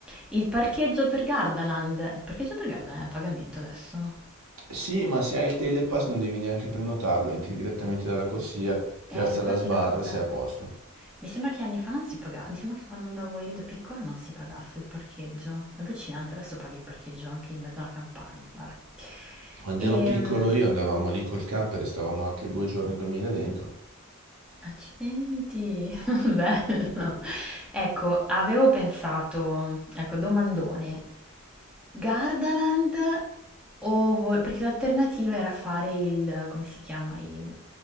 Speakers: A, in the centre; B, on the right (about 75°).
A: Il parcheggio per Gardaland, il parcheggio per Gardaland è a pagamento adesso?
B: Sì, ma se hai il Telepass non devi neanche prenotarlo, entri direttamente dalla corsia,
A: Eh,
B: ti alza
A: infatti
B: la sbarra
A: non...
B: e sei
A: eh.
B: a posto.
A: Mi sembra che anni fa non si pagava, mi sembra che quando andavo io da piccola non si pagasse il parcheggio. Allucinante, adesso paghi il parcheggio anche in mezzo alla campagna, vabbè.
B: Quando
A: Ehm,
B: ero piccolo io andavamo lì col camper e stavamo anche due giorni a dormire dentro.
A: Accidenti, <laughs> bello. Ecco, avevo pensato, ecco, domandone, Gardaland o... vo- perché l'alternativa era fare il, come si chiama, i-